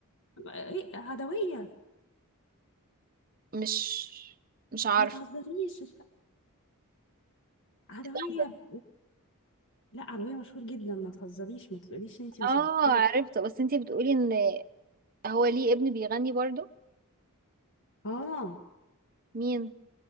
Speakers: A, on the left; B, on the right.
A: إيه، عدويه
B: مش مش عارفة
A: ما تهزريش عدويه
B: لحظة
A: لا عربية مشهور جدا ما تهزريش ما تقوليش ان انتي مش
B: اه
A: عارفاه
B: عرفته بس انتي بتقولي ان هو ليه ابن بيغني برضو
A: اه
B: مين